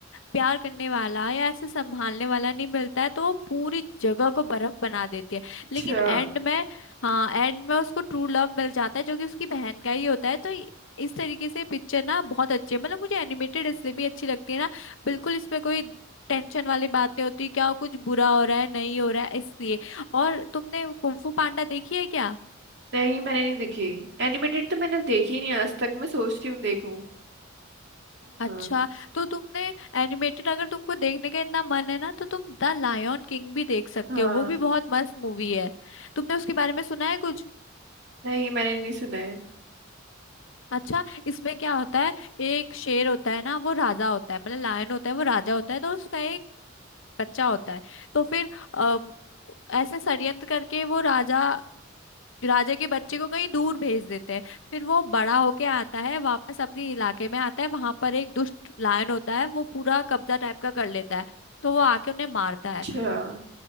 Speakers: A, on the left; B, on the right.
A: प्यार करने वाला या ऐसे संभालने वाला नहीं मिलता है तो वो पूरी जगह को बर्फ बना देती है
B: अच्छा
A: लेकिन एंड में हाँ एंड में उसको ट्रू लव मिल जाता है जो कि उसकी बहन का ही होता है तो इ- इस तरीके से पिक्चर ना बहुत अच्छी है मतलब मुझे एनिमेटेड इसलिए भी अच्छी लगती है ना बिल्कुल इसमें कोई टेंशन वाली बात नहीं होती क्या कुछ बुरा हो रहा है नहीं हो रहा है इसलिए और तुमने कुंफू पांडा देखी है क्या
B: नहीं मैंने नहीं देखी एनिमेटेड तो मैंने देखी ही नहीं आज तक मैं सोचती हूँ देखूँ हाँ
A: अच्छा तो तुमने एनिमेटेड अगर तुमको देखने का इतना मन है ना तो तुम द लायन किंग भी देख सकते
B: हाँ
A: हो वो भी बहुत मस्त मूवी है तुमने उसके बारे में सुना है कुछ
B: नहीं मैंने नहीं सुना है
A: अच्छा इसमें क्या होता है एक शेर होता है ना वो राजा होता है मतलब लायन होता है वो राजा होता है तो उसका एक बच्चा होता है तो फिर अ, ऐसे षड्यंत्र करके वो राजा राजा के बच्चे को कहीं दूर भेज देते हैं फिर वो बड़ा होके आता है वापस अपने इलाके में आता है वहां पर एक दुष्ट लायन होता है वो पूरा कब्जा टाइप का कर लेता है तो वो आके उन्हें मारता
B: अच्छा
A: है